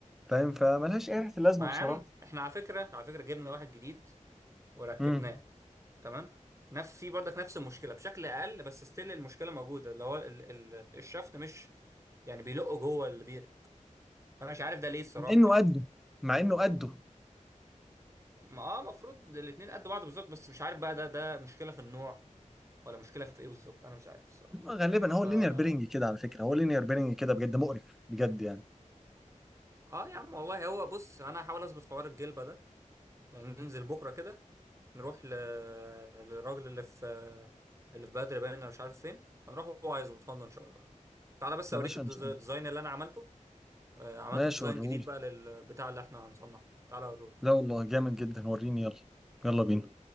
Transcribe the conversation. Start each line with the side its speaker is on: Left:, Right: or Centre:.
Centre: فاهم فملهاش اي ريحه اللازمه
Right: ما يا
Centre: بصراحه
Right: عم احنا على فكره على فكره جبنا واحد جديد وركبناه
Centre: امم
Right: تمام نفس في برضك نفس المشكله بشكل اقل بس ستيل المشكله موجوده اللي هو ال ال الشفط مش يعني بيلقوا جوه البير فانا مش عارف ده ليه الصراحه
Centre: مع انه
Right: يعني
Centre: قده مع انه قده
Right: ما اه المفروض الاتنين قد بعض بالظبط بس مش عارف بقى ده ده مشكله في النوع ولا مشكله في ايه بالظبط انا مش عارف الصراحه
Centre: هو غالبا
Right: ف
Centre: هو اللينير
Right: اه
Centre: بيرنج كده على فكره هو اللينير بيرنج كده بجد مقرف بجد يعني
Right: يا عم والله هو بص انا هحاول اظبط حوار الجلبه ده يعني ننزل بكره كده نروح ل... للراجل اللي في اللي في بدر باين أنا مش عارف فين هنروح هو هيظبطها لنا ان شاء الله تعالى بس
Centre: يا
Right: اوريك
Centre: باشا
Right: الديز-
Centre: مش
Right: الديزاين اللي انا عملته آه، عملت
Centre: ماشي
Right: ديزاين
Centre: وريهولي
Right: جديد بقى للبتاع اللي احنا هنصنعه تعالى اوريهولك
Centre: لا والله جامد جدا وريني يلا يلا بينا